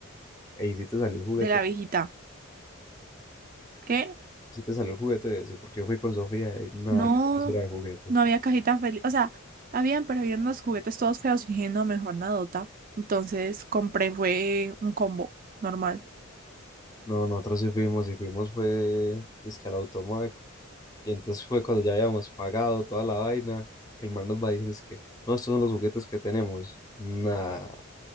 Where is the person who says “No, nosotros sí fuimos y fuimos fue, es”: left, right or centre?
Left